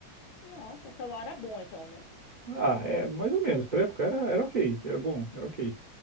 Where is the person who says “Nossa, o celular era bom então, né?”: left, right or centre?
Left